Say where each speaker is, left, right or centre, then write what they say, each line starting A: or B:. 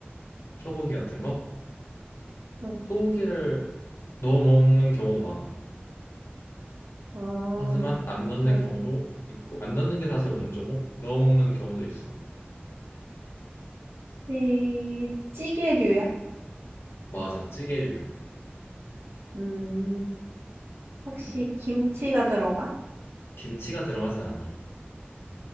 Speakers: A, on the left; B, on the right.
A: 소고기 같은 거?
B: 응.
A: 소고기를 넣어 먹는 경우도 많아.
B: 어,
A: 하지만 안 넣는
B: 그래.
A: 경우도 있고 안 넣는 게 사실 원조고 넣어 먹는 경우도 있어.
B: 혹시 찌개류야?
A: 맞아, 찌개류야.
B: 음, 혹시
A: 음,
B: 김치가 들어가?
A: 김치가 들어가진 않아.